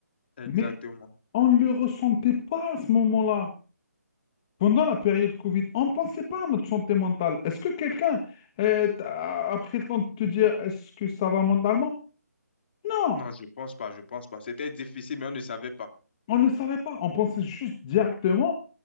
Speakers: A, on the left (about 40°); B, on the left (about 20°).
A: Exactement.
B: mais on ne le ressentait pas à ce moment-là. Pendant la période Covid, on ne pensait pas à notre santé mentale. Est-ce que quelqu'un euh, t'a- a pris le temps de te dire est-ce que ça va mentalement? Non!
A: Non, je pense pas, je pense pas. C'était difficile, mais on ne savait pas.
B: On ne savait pas, on pensait juste directement,